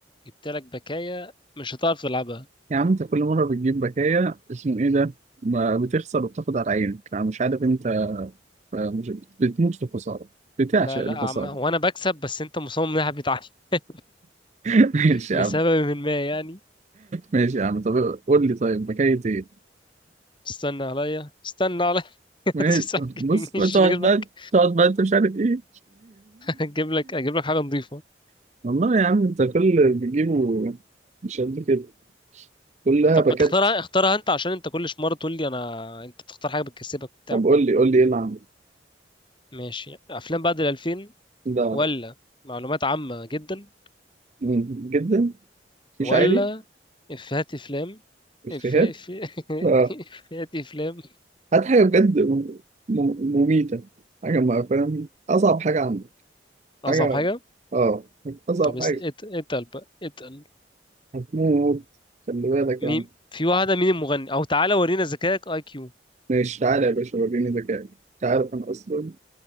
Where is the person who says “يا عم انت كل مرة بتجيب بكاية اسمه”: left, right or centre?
Right